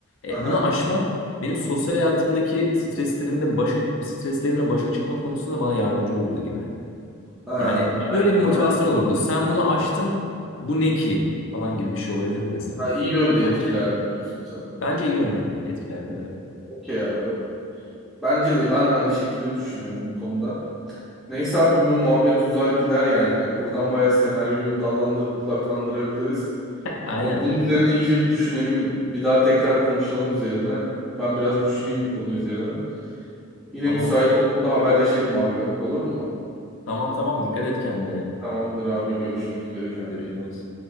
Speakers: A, on the left (about 65°); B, in the centre.
A: E,
B: Aha.
A: bunu aşmak benim sosyal hayatımdaki streslerimde başa streslerimle başa çıkma konusunda bana yardımcı olurdu gibi.
B: Ha,
A: Yani
B: ben,
A: şöyle bir motivasyon
B: ben,
A: olurdu. Sen bunu aştın. Bu ne ki? falan gibi bir şey olabilirdi mesela.
B: ha, iyi yönde
A: Bence
B: etkilerdi diyorsun sen.
A: bence iyi yönler etkilerdi. Evet.
B: Okey abi. Bence de ben de aynı şekilde düşünüyorum bu konuda. Neyse abi bu muhabbet uzar gider yani. Buradan bayağı senaryoyu dallandırıp budaklandırabiliriz.
A: Aynen.
B: Bunun üzerine iyice bir düşünelim. Bir daha tekrar konuşalım üzerine. Ben biraz düşüneyim bu konu üzerine. Yine
A: Tamam.
B: müsait olduğunda haberleşelim abi. Olur mu?
A: Tamam tamam dikkat et kendine.
B: Tamamdır abi. Görüşmek üzere. Kendine
A: Görüşürüz.
B: iyi bak.